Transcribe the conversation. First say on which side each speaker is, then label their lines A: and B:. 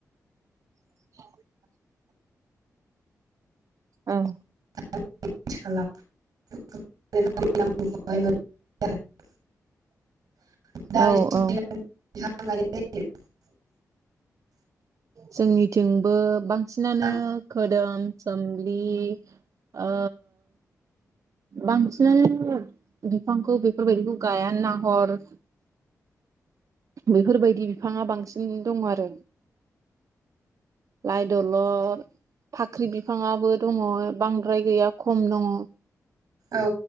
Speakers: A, on the right (about 60°); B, on the right (about 85°).
A: <unintelligible> औ।
B: <inaudible>
A: <inaudible>
B: <inaudible>
A: औ औ जोंनिथिंबो बांसिनानो
B: जायो।
A: खोदोम सोम्लि ओ बांसिनानो बिफांखौ बेफोरबायदिखौ गायानो नाहर बेफोरबायदि बिफाङा बांसिन दं आरो। लाय दलर फाख्रि बिफाङाबो दङ बांद्राय गैया खम दङ
B: औ